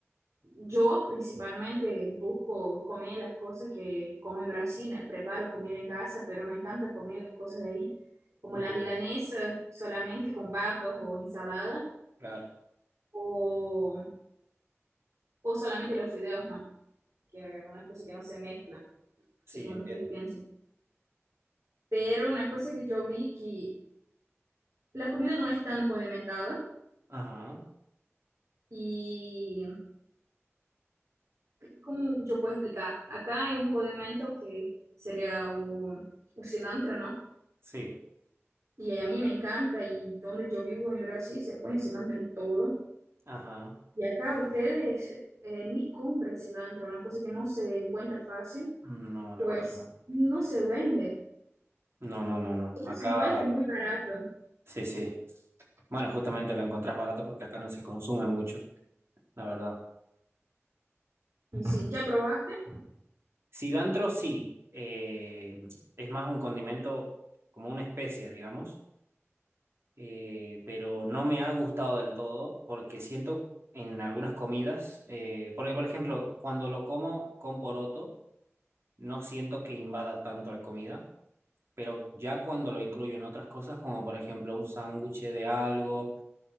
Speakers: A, on the right; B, on the right.
A: Yo principalmente busco comer las cosas que como en Brasil, eh, preparo comida en casa, pero me encanta comer las cosas de ahí, como
B: Bien.
A: la milanesa solamente con papas o ensalada,
B: Claro.
A: o, o solamente los fideos, no, que es una cosa que no se mezcla,
B: Sí,
A: según
B: entiendo.
A: ustedes piensen. Pero una cosa que yo vi que la comida no es tan condimentada
B: Ajá.
A: y, ¿cómo yo puedo explicar? Acá hay un condimento que sería un cilantro, ¿no?
B: Sí.
A: Y a mí me encanta, y donde yo vivo en Brasil se pone cilantro en todo.
B: Ajá.
A: Y acá ustedes eh, ni compran cilantro, una cosa que no se encuentra fácil,
B: No, la
A: pues
B: verdad no.
A: no se vende.
B: No, no, no, no.
A: uno
B: Acá
A: se encuentra es muy barato.
B: Sí, sí. Bueno, justamente lo encontrás barato porque acá no se consume mucho, la verdad.
A: Y si ya probaste,
B: Cilantro sí, eh, es más un condimento como una especia, digamos, eh, pero no me ha gustado del todo porque siento en algunas comidas, eh, porque por ejemplo, cuando lo como con poroto, no siento que invada tanto la comida, pero ya cuando lo incluyo en otras cosas, como por ejemplo un sándwich de algo